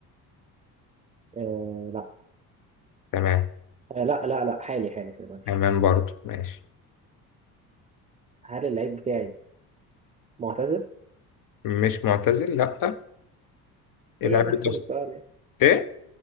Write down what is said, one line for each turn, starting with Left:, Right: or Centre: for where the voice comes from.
Right: آه لا
Left: تمام
Right: آه لا لا لا حالي حالي في الماتش
Left: تمام برضه ماشي
Right: هل اللعيب بتاعي معتزل
Left: مش معتزل لأ إيه
Right: هي
Left: اللعيب
Right: نفس
Left: اللي أنت
Right: السؤال يعني
Left: إيه